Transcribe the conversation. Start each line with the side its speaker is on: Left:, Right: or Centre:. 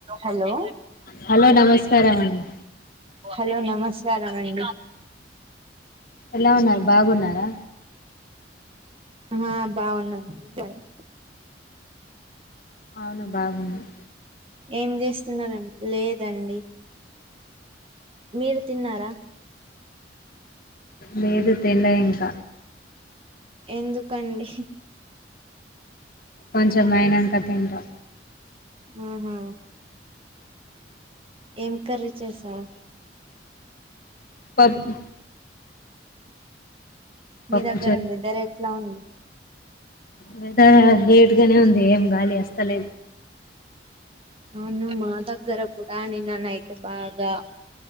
Right: Hollow
Left: hello నమస్కారం అండి
Right: hello నమస్కారం అండి
Left: ఎలా ఉన్నారు బాగున్నారా
Right: ఆ బాగున్నాం <inaudible>
Left: అవును బాగున్నం మేం
Right: ఏం చేస్తునారండి లేదండి మీరు తిన్నారా
Left: లేదు తిన్లా ఇంక
Right: ఎందుకండి
Left: కొంచం అయినంక తింటా
Right: హ్మ్ హు ఏం కర్రీ చేసావ్
Left: పప్పు
Right: మీ
Left: పప్పు
Right: దగ్గర వేథెర్ ఎట్లా ఉంది
Left: వెదరు వేడిగానే ఉంది ఏం గాలి వస్తలేదు
Right: అవును మా దగ్గర కూడాని నిన్న నైట్ బాగా